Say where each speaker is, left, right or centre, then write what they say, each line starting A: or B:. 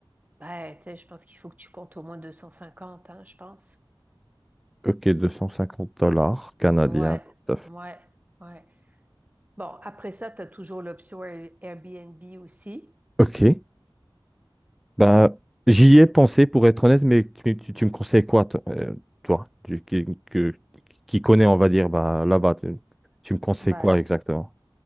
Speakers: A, on the right (about 20°); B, in the centre.
A: Bah, tu sais, je pense qu'il faut que tu comptes au moins 250, hein, je pense.
B: Ok, deux cent cinquante dollars canadiens.
A: Ouais,
B: Tout à fait.
A: ouais, ouais. Bon, après ça, tu as toujours l'option Air- Airbnb aussi.
B: Ok. Bah, j'y ai pensé pour être honnête, mais tu, tu- tu me conseilles quoi, toi, euh, toi, tu- qui, que- qui connais, on va dire, bah, là-bas, tu, tu me conseilles
A: Bah,
B: quoi exactement?